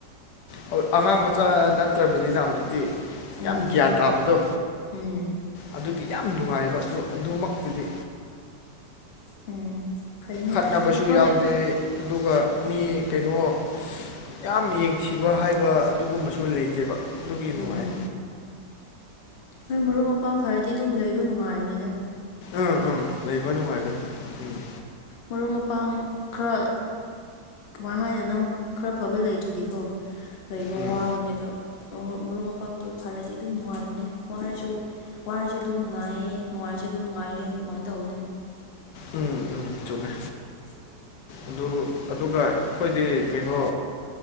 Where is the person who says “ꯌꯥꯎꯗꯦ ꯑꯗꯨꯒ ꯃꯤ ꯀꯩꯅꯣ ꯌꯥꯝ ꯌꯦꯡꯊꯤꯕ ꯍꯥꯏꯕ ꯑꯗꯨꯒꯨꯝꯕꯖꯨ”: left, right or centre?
Left